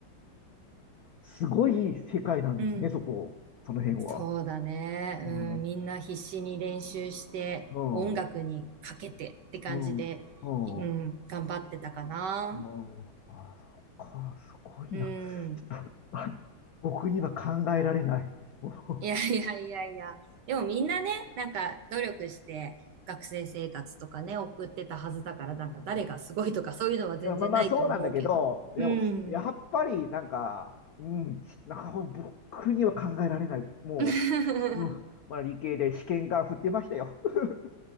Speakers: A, on the left; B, on the right.
A: すごい世界なんですね、
B: うん。
A: そこ、その辺は。
B: そうだね。うん。
A: うん、う
B: みんな必死に練習して、
A: ん、
B: 音楽にかけてって感じで、
A: うん、うん、
B: うん、頑張ってたかな。
A: うん。あ、そっか、すごいな。
B: うん。
A: ちょっと、あの、僕には考えられない。<laughs> もう
B: いやいやいやいや。でもみんなね、なんか努力して学生生活とかね、送ってたはずだから、
A: うん
B: なんか誰がすごいとかそういうのは全然ないと思うけど。
A: いや、まあまあ、そうなんだけど、いや、
B: うん。
A: やっぱり、なんか、うん、ちなんか僕には考えられない。も
B: <laughs>
A: う、うん、まあ、理系で試験管振ってましたよ。<laughs>